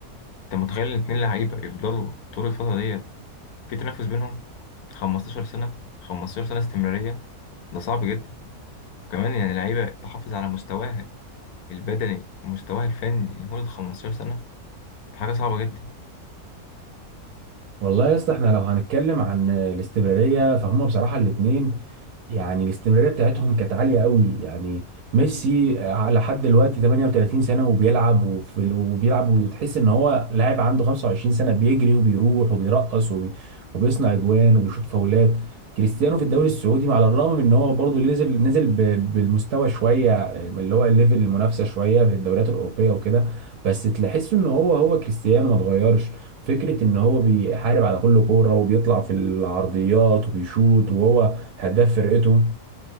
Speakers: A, on the left; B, on the right.
A: انت متخيل الاتنين لعيبه يفضلوا طول الفتره ديت في تنافس بينهم 15 سنه 15 سنه استمراريه ده صعب جدا وكمان يعني لعيبه تحافظ على مستواها البدني ومستواها الفني لمده 15 سنه دي حاجه صعبه جدا
B: والله يا اسطى احنا لو هنتكلم عن الاستمراريه فهم بصراحه الاثنين يعني الاستمراريه بتاعتهم كانت عاليه قوي يعني ميسي على حد دلوقتي 38 سنه وبيلعب وفي وبيلعب وتحس ان هو لاعب عنده 25 سنه بيجري وبيروح وبيرقص وبي وبيصنع اجوان وبيشوط فاولات كريستيانو في الدوري السعودي على الرغم من ان هو برضه نزل نزل ب- بالمستوى شويه اللي هو الليفل المنافسه شويه في الدوريات الاوروبيه وكده بس تحس ان هو هو كريستيانو ما اتغيرش فكرة ان هو بيحارب على كل كورة وبيطلع في العرضيات وبيشوط وهو هداف فرقته